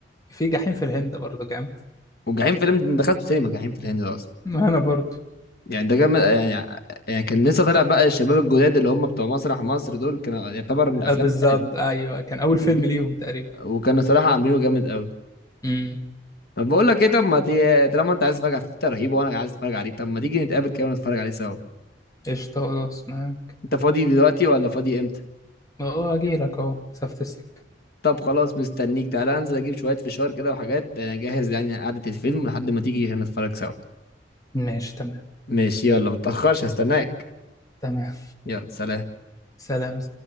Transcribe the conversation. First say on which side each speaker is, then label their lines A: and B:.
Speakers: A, on the left; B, on the left.
A: في جحيم في الهند برضه جامد
B: وجحيم فيلم ده أنا دخلته سينما جحيم في الهند ده اصلا
A: ما انا برضه
B: يعني ده كان يعني يعني كان لسه طالع بقى الشباب الجداد اللي هم بتوع مسرح مصر دول كانوا يعتبر من الافلام
A: آه بالظبط ايوه كان اول
B: القديمه
A: فيلم ليهم تقريبا
B: وكانوا صراحة عاملينه جامد قوي
A: امم
B: طب بقول لك ايه طب ما تي... طالما انت عايز تتفرج على فيفتا رهيبة وانا عايز اتفرج عليه طب ما تيجي نتقابل كده ونتفرج عليه سوا
A: قشطة خلاص معاك
B: انت فاضي دلوقتي ولا فاضي امتى
A: اه اجيلك اهو مسافة السكة
B: طب خلاص مستنيك تعالى انزل اجيب شوية فشار كده وحاجات انا جاهز يعني قعدة الفيلم لحد ما تيجي هنا نتفرج سوا
A: ماشي تمام
B: ماشي يلا متأخرش هستناك
A: تمام
B: يلا سلام
A: سلام